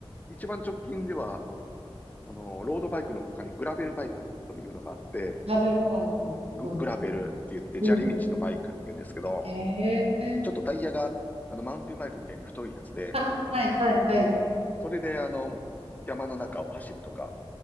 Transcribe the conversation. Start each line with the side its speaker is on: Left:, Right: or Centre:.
Left: 一番直近では、あの、ロードバイクの他にグラベルバイクというのがあって、
Right: ラベルバイク。
Left: グ、
Right: うん。
Left: グラベルって言って、
Right: うん。
Left: 砂利道のバイクって言うんですけど、
Right: へえ。
Left: ちょっとタイヤが、あの、マウンテンバイクみたいに太いやつで、
Right: あ、はいはいはい。
Left: それで、あの、山の中を走るとか、